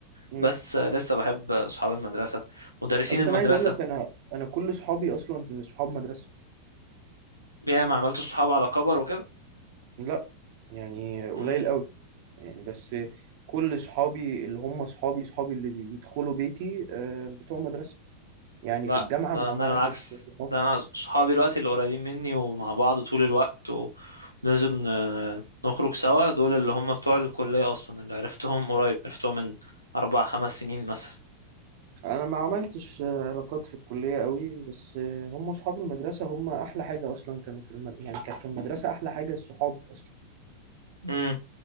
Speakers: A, on the right; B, on the left.
A: امم
B: بس لسه بحب أصحاب المدرسة مدرسين
A: بس
B: المدرسة
A: انا عايز اقول لك انا انا كل اصحابي اصلا من اصحاب مدرسه
B: يا ما عملت صحاب على كبر
A: لا يعني قليل
B: وكده
A: قوي يعني بس كل اصحابي اللي هم اصحابي اصحابي اللي يدخلوا بيتي آه، بتوع مدرسه يعني
B: لا
A: في الجامعه
B: ده ده
A: ما
B: انا العكس
A: عملتش صحاب
B: ده انا صحابي دلوقتي اللي قريبين مني ومع بعض طول الوقت وبننزل ن- نخرج سوا دول اللي هم بتوع الكلية اصلا اللي عرفتهم قريب عرفتهم من اربع خمس سنين مثلا
A: انا ما عملتش آه، علاقات في الكليه قوي بس آه، هم اصحاب المدرسه هم احلى حاجه اصلا كانوا في المد... يعني كانت في المدرسه احلى حاجه الصحاب اصلا
B: امم